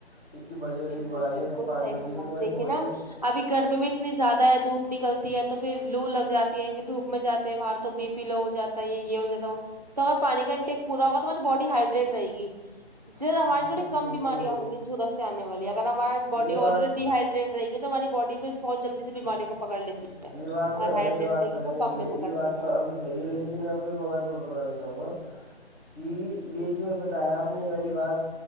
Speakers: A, on the left; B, on the right.
A: اتنی بڑی بڑی
B: بالکل
A: بیماریاں
B: بالکل
A: سب پانی
B: صحیح
A: سے
B: سمان
A: ہی کیونکہ ہماری
B: دیکھیے
A: باڈی
B: نا ابھی گرمی میں اتنی زیادہ ہے دھوپ نکلتی ہے تو پھر لو لگ جاتی ہے پھر دھوپ میں جاتے ہیں باہر تو بی پی لو ہو جاتا ہے یہ ہو جاتا وہ تو اگر پانی کا انٹیک پور ہوگا تو مے بڈی ہائڈریٹ رہےی ج ہماری
A: بالکل
B: تھوڑی کم
A: بالکل
B: بیماریاں ہوں گی سورت آ والی اگر ہمار بڈی
A: یہ بات
B: آلریڈی ڈی ہائڈریٹ رہ گی تو ہماری باڈی پ بہت جلدی سے بیماری کوکڑ لیتی
A: یہ بات تو
B: اگر
A: ہے
B: ہائڈریٹ
A: یہ بات
B: رہے
A: تو
B: گی
A: ہے
B: کم میں پکڑتی
A: یہ بات
B: ہے
A: تو اب ک صحی ہے لیکن میں آپ کو وبا دور بتانا چاہوں گا کہ
B: جی جی
A: یہ جو ہے بتایا آپ یہ والی بات